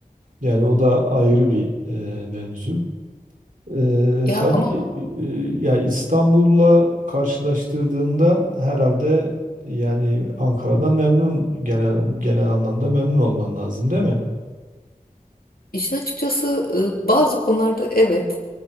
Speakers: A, on the right (about 60°); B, on the left (about 75°).
A: Yani o da ayrı bir e, mevzu. E,
B: Ya
A: tabii
B: ama
A: e, ya İstanbul'la karşılaştırdığında herhalde yani Ankara'dan memnun genel genel anlamda memnun olman lazım değil mi?
B: işin açıkçası e, bazı konularda evet.